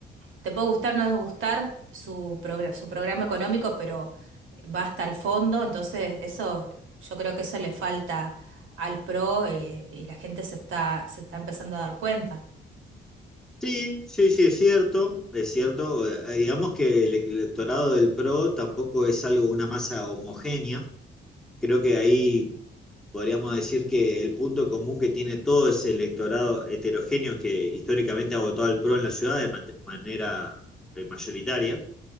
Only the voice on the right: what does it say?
te puede gustar o no gustar su, progr- su programa económico, pero va hasta el fondo, entonces eso, yo creo que eso le falta al PRO eh, y la gente se está, se está empezando a dar cuenta.